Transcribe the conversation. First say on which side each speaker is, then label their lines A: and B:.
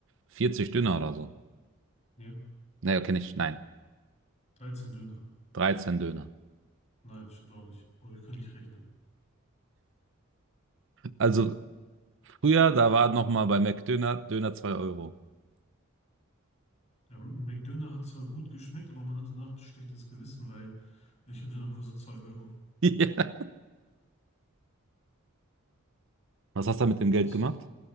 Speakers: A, on the right (about 65°); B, on the left (about 30°).
A: 40 Döner oder so.
B: ja.
A: Nee, okay, nicht, nein.
B: 13 Döner.
A: 13 Döner.
B: Nein, stimmt auch nicht. Oh, wir können nicht rechnen.
A: Also früher, da war noch mal bei McDöner, Döner 2 Euro. <laughs>
B: Der McDöner hat zwar gut geschmeckt, aber man hat danach ein schlechtes Gewissen, weil welcher Döner kostet zwei Euro?
A: Ja. Was hast du mit dem Geld
B: Das
A: gemacht?
B: haben wir